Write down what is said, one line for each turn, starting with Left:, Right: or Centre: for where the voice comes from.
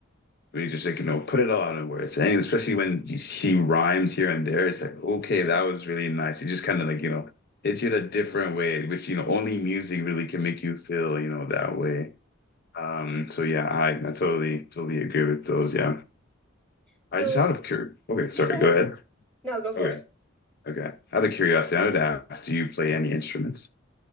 Left: we just like, you know, put it all in words. And especially when she rhymes here and there, it's like, okay,
Centre: Mm.
Left: that was really nice. It just kind
Centre: <laughs>
Left: of like, you know, it's in a different way, which, you know, only music really can make you feel, you know, that way. Um,
Centre: Yeah.
Left: so yeah, I, I totally, totally agree with those. Yeah.
Centre: So,
Left: I just out of cur okay, sorry,
Centre: yeah, go ahead.
Left: go ahead.
Centre: No, go for
Left: Okay,
Centre: it.
Left: okay. Out of curiosity, I would ask, do you play any instruments?